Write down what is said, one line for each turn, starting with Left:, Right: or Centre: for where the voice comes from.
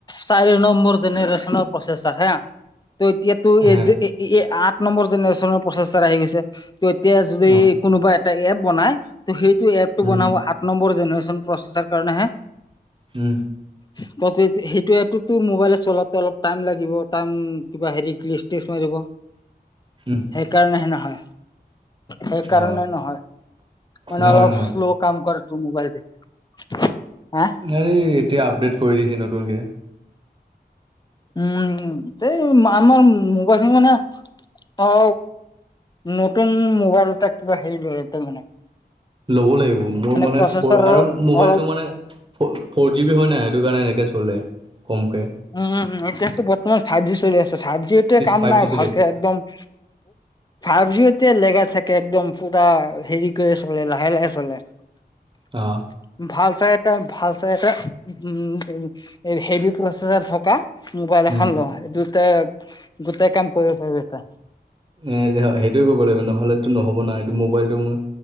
Left: চাৰি নম্বৰ জেনেৰেচনৰ প্ৰচেছাৰ হা! ত' এতিয়াতো,
Right: হে
Left: এই যে ইয়ে, আঠ নম্বৰ জেনেৰেশ্যনৰ প্ৰচেছাৰ আহি গৈছে। ত এতিয়া যদি
Right: অ
Left: কোনোবা এটা এপ বনাই ত' সেইটো এপটো
Right: উম
Left: বনাব নম্বৰ জেনেৰেশ্যন প্ৰচেছৰ কাৰণেহে
Right: উম
Left: ত' তো সেইটোৱে, তোৰ টো মোবাইল চলাওতে অলপ টাইম লাগিব। টাইম! কিবা হেৰি ক্ৰিয়েষ্টেচনে দিব।
Right: উম!
Left: সেইকাৰণেহে নহয়, সেইকাৰণে
Right: অ
Left: নহয় মানে
Right: নহয়
Left: অলপ
Right: নহয়
Left: শ্লো কাম কাৰছ মোবাইল <unintelligible> হা
Right: হৰি এতিয়া আপডেট কৰি দিছে নতুনকে।
Left: উম এই আমাৰ মোবাইল খন মানে অ নতুন মোবাইল এটা কিবা হেৰি লয় তাৰ মানে
Right: ল'ব লাগিব মোৰ মানে
Left: প্ৰচেছৰ অলপ
Right: আৰু মোবাইলটো
Left: অলপ
Right: মানে ফ'ৰ জি বি হয় নাই সেইটো কাৰণে এনেকে চলে কমকে
Left: উম উম এতিয়া ত বৰ্তমান ফাইভ জি চলি আছে ফাইভ জি এতিয়া কাম
Right: ফাইভ
Left: নাই
Right: জি চলি
Left: ভালকে
Right: আছে
Left: একদম ফাইভ জি এতিয়া লেগাই থাকে একদম পুৰা হেৰি কৰি চলে লাহে লাহে চলে <unintelligible>
Right: অ
Left: ভাল চাই এটা ভাল চাই এটা উম হেভি প্ৰচেছাৰ থকা মোবাইল
Right: উম
Left: এখান লও এটোতে গোটেই কাম কৰিব পাৰিব তই
Right: এ সেইটোয়ে কৰিব লাগিব নহ'লেতো নহ'ব না এটো মোবাইলটো মোৰ